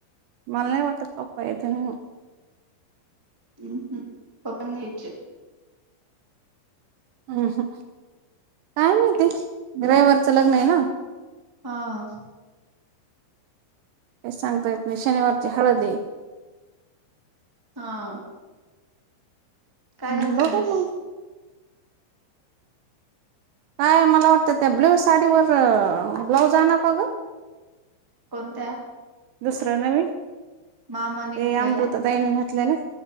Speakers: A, on the right; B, on the right.
A: मला नाही वाटत पप्पा येतील म्हणून.
B: हम् हम्. पप्पाना -
A: हम्. ह काय नाही तेच रविवारचं लग्न आहे ना?
B: हा.
A: ते सांगता येत नाही. शनिवारची हळद ए.
B: हा. काय
A: हं.
B: घालणार
A: बघा
B: आहेस
A: मंग. का हो, मला वाटतं त्या ब्ल्यू साडीवर ब्लाऊज आणावं का गं?
B: कोणत्या?
A: दुसरं नवीन?
B: मामाने
A: ते
B: घेतलेल्या
A: अमृता ताईनी घातल ना.